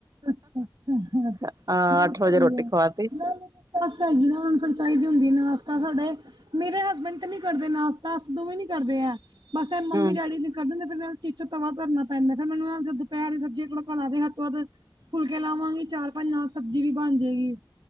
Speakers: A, on the right (about 75°); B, on the right (about 50°).
A: ਅੱਛਾ-ਅੱਛਾ ਹ
B: ਅਹ
A: ਨਹੀਂ
B: ਅੱਠ
A: ਸਹੀ
B: ਵਜੇ ਰੋਟੀ ਖਵਾਤੀ
A: ਨਾ ਸੱਸ ਹੈਗੀ ਨਾ ਹੁਣ ਚਾਹੀਦੀ ਹੁੰਦੀ ਨਸਤਾ ਸਾਡੇ ਮੇਰੇ ਹਸਬੈਂਡ ਤੇ ਨੀ ਕਰਦੇ ਨਾਸਤਾ ਦੋਵੇਂ ਨੀ ਕਰਦੇ ਆ ਬਸ ਮੰਮੀ
B: ਹੂੰ
A: ਡੈਡੀ ਕੱਢ ਫਿਰ ਮੈਂ ਵਿਚ ਤਵਾ ਧਰਨਾ ਪੈਂਦਾ, ਫਿਰ ਮੈਨੂੰ ਦੁਪਹਿਰੀ ਸਬਜ਼ੀਆਂ ਤੜਕਾ ਲਾ ਦੇ ਹੱਦ ਤੋਂ ਵੱਧ ਫੁਲਕੇ ਲਾਵਾਂਗੇ ਚਾਰ ਪੰਜ, ਨਾਲ ਸਬਜ਼ੀ ਵੀ ਬਣ ਜੇਗੀ।